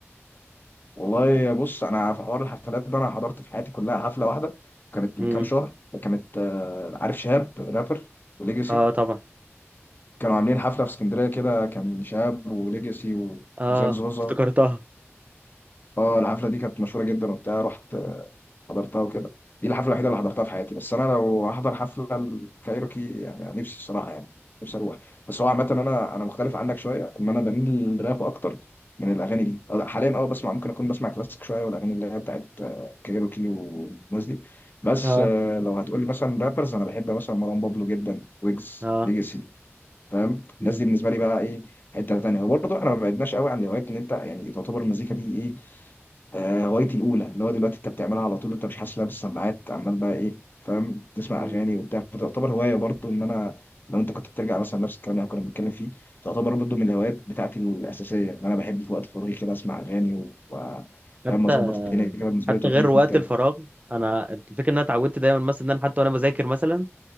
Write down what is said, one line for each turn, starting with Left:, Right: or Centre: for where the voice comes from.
Left: والله بص انا في حوار الحفلات ده انا حضرت في حياتي كلها حفله واحده كانت
Right: امم
Left: من كام شهر كانت آه، عارف شهاب رابر وليجاسي
Right: اه طبعا
Left: كانوا عاملين حفله في اسكندريه كده كان شهاب وليجاسي وزياد
Right: اه
Left: زوزة
Right: افتكرتها
Left: اه الحفله دي كانت مشهوره جدا وبتاع رحت آه، حضرتها وكده دي الحفله الوحيده اللي حضرتها في حياتي بس انا لو هحضر حفله الكايروكي يعني أنا نفسي الصراحه يعني نفسي اروح بس هو عامه انا انا مختلف عنك شويه ان انا بميل للراب اكتر من الاغاني دي أه، حاليا اه بسمع ممكن اكون بسمع كلاسيك شويه والاغاني اللي هي بتاعت آه، كايروكي والناس دي بس
Right: اه
Left: آه، لو هتقول لي مثلا رابرز انا بحب مثلا مروان بابلو جدا ويجز
Right: اه
Left: ليجاسي فاهم
Right: مم.
Left: الناس دي بالنسبه لي بقى ايه حته تانيه وبرضه احنا ما بعدناش قوي عن الهوايات ان انت يعني تعتبر المزيكا دي ايه آه، هوايتي الاولى اللي هو دلوقتي انت بتعملها على طول انت مش حاسس لابس السماعات عمال بقى ايه فاهم تسمع
Right: مم.
Left: اغاني وبتاع فتعتبر هوايه برضو ان انا لو انت كنت بترجع مثلا نفس الكلام اللي إحنا كنا بنتكلم فيه تعتبر برضو من الهوايات بتاعتي الاساسيه ان انا بحب في وقت فراغي كده اسمع اغاني و و-
Right: حتى
Left: فاهم اظبط الدنيا كده بالنسبه
Right: حتى
Left: لي توديني
Right: غير
Left: في
Right: وقت
Left: مود تاني
Right: الفراغ انا الفكره ان انا اتعودت دايما مثلا ان انا حتى وانا بذاكر مثلا